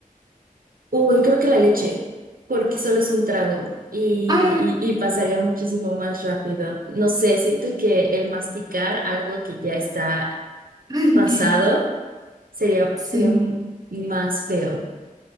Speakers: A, on the right; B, on the right.
A: Uy, creo que la leche, porque solo es un trago y,
B: Ay,
A: y- y pasaría muchísimo más rápido. No sé, siento que el masticar algo que ya está
B: ay.
A: pasado sería,
B: Sí,
A: sería m- más feo.